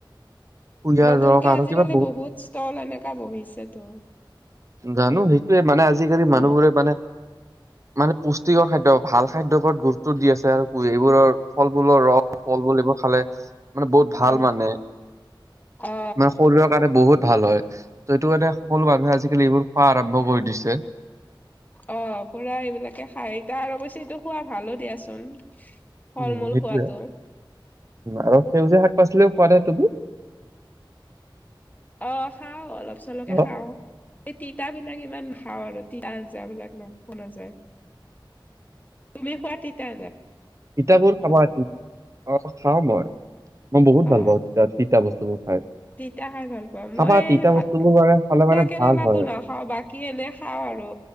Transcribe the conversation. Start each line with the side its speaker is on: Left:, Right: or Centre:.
Right: কুঁহিয়াৰ
Left: নতুনকে
Right: ৰস আৰু
Left: আজিকালি
Right: কিবা
Left: বহুত ষ্টল এনেককা বহিছেতো
Right: জানো সেইটোয়ে মানে আজিকালি মানুহবোৰে
Left: অ
Right: মানে মানে পুষ্টিকৰ খাদ্্য ভাল খাদ্যৰ ওপৰত গুৰুত্ব দি আছে আৰু এইবোৰৰ ফলবুলৰ ৰস ফলবুল এইবোৰ খালে মানে বহুত
Left: উম
Right: ভাল মানে
Left: অ
Right: মে শৰীৰ কাৰণে বহুত ভাল হয় ত সেইটো কাৰণে সকলো মানুহে আজিকালি এইবোৰ খোৱা আৰম্ভ কৰি দিছে
Left: অ পুৰা এইবিলাকে খাই এতা আৰু অৱশে এইটো খোৱা ভালো দিয়াচোন ফল
Right: উম
Left: মূল
Right: সেইটোয়ে
Left: খোৱাতো
Right: আৰু সেউজীয়া শাক পাচলিও পোৱা নাই তুমি
Left: অ খাওঁ অলপ চলকে
Right: অ
Left: খাওঁ এই তিতাাবলাক ইমান খাওঁ আৰু তিতা আঞ্জাাবলাক ন নাযায় তুমি খোৱাটতিাা
Right: তিতাবোৰ খাবা আচ অ খাওঁ মই মই বহুত ভাল
Left: অ
Right: পাওঁ তিাত তিতা বস্তুবোৰ খাই
Left: তিতা খাই ভাল পাওঁ
Right: খাবা
Left: মই
Right: তিতা
Left: ভাত
Right: বস্তুবোৰ
Left: তিতা
Right: মানে খালে মানে
Left: কেৰেলাটো
Right: ভাল হয়
Left: নাখাওঁ বাকী এনে খাওঁ আৰু